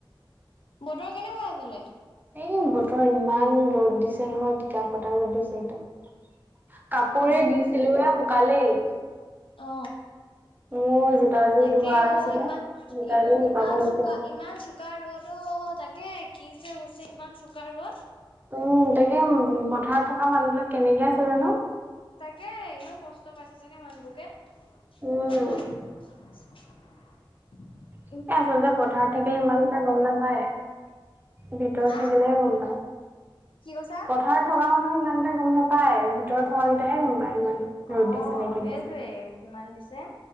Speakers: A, on the left; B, on the right.
A: বতৰ কেনেকুৱা সেইফালে?
B: এই, বতৰ ইমান ৰ'দ নহয়, টিকা ফটা ৰ'দ দিছে একদম। কাপোৰ
A: উম
B: এই দিছিলো হে, শুকালেই।
A: অ।
B: মোৰ জোতাযোৰ
A: তাকে
B: ধোৱা আছিলে
A: অ, ইমান
B: জোতাযোৰ শুকাব
A: ইমান
B: হৈছে
A: চুকা, ইমান চুক চোকা ৰ'দ অ', তাকে কি যে হৈছে ইমান চোকা ৰ'দ।
B: উম' তাকে, পথাৰত থকা মানুহ বিলাক কেনেকে আছে জানো?
A: তাকে ইমান কষ্ট পাইছে চাগে মানু্হবোকে।
B: উম
A: <unintelligible>
B: এ আচলতে পথাৰত থাকিলে ইমান এটা গম নাপায়। ভিতৰত থাকিলেহে
A: আহ
B: গম পায়,
A: কি কৈছা?
B: পথাৰত থকা মানুহে ইমান এটা গম নাপায়। ভিতৰত থকাকেইটাহে গম পায় ইমান। ৰ'দ
A: অ'
B: দিছে নে কি
A: সেইটোৱে
B: দিছে
A: কিমান দিছে।